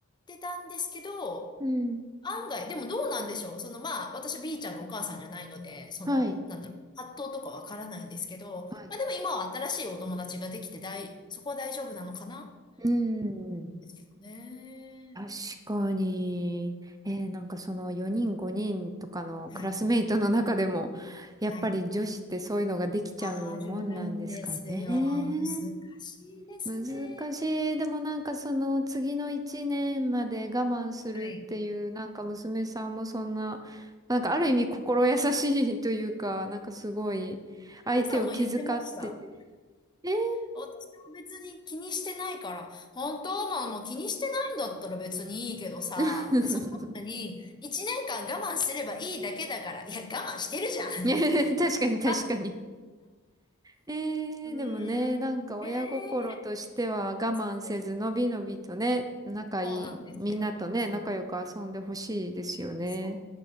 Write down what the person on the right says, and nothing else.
うん。
はい。
はい
うん。
確かに。えーなんかその4人5人とかのクラスメイトの中でも、
やっぱり女子ってそういうのができちゃうもんなんですかね。
難しい。でもなんかその次の1年まで我慢するっていう、
なんか娘さんもそんな、なんかある意味心優しいというか、なんかすごい相手を気遣ってて。
えー
<laughs>
ね確かに確かに。
えー、
でもね、なんか親心としては我慢せず、
のびのびとね、仲いい、
みんなとね、
仲良く遊んでほしいですよね。